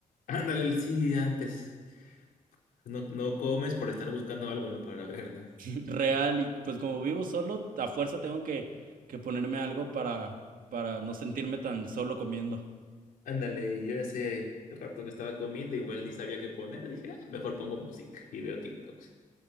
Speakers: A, on the left (about 80°); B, on the right (about 80°).
A: Ándale, el sí, antes. No, no comes por estar buscando algo, ¿no? Para ver, ¿no?
B: <laughs> Real, y pues como vivo solo, a fuerza tengo que, que ponerme algo para, para no sentirme tan solo comiendo.
A: Ándale, yo ese rato que estaba comiendo, igual ni sabía qué poner, dije, "Ah, mejor pongo música y veo TikToks.